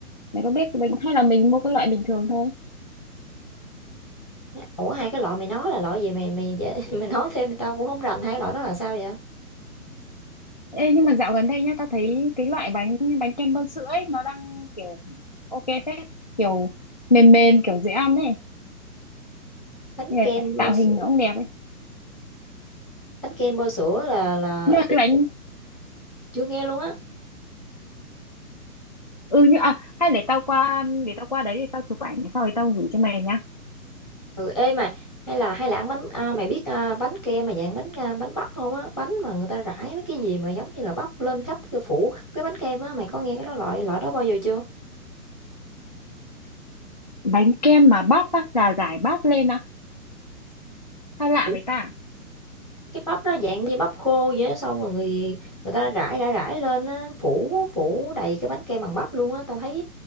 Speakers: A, on the left; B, in the centre.
A: mày có biết bánh hay là mình mua cái loại bình thường thôi
B: ủa, hai cái loại mày nói là loại gì mày mày dễ <laughs> mày nói thêm tao cũng không rành, hai cái loại đó là sao vậy?
A: Ê, nhưng mà dạo gần đây nhá, tao thấy cái loại bánh bánh kem bơ sữa ấy nó đang kiểu ok phết, kiểu mềm mềm kiểu dễ ăn ấy,
B: Bánh
A: Thế
B: kem
A: là
B: bơ
A: tạo
B: sữa
A: hình nó cũng đẹp ấy.
B: bánh kem bơ sữa là là
A: Như là
B: ít
A: cái bánh
B: chưa nghe luôn á.
A: ừ như à hay để tao qua để tao qua đấy để tao chụp ảnh sau rồi tao gửi cho mày nhá.
B: Ừ, ê mà hay là hay là ăn bánh à, mày biết à, bánh kem mà dạng bánh à, bánh bắp không á bánh mà người ta rải mấy cái gì mà giống như là bắp lên khắp cái phủ khắp cái bánh kem á mày có nghe cái đó loại loại đó bao giờ chưa
A: Bánh kem mà bắp á là rải bắp lên á, sao lạ
B: Kiểu
A: vậy ta?
B: cái bắp nó dạng như bắp khô vậy á xong rồi người người ta rải rải rải lên á phủ phủ đầy cái bánh kem bằng bắp luôn á tao thấy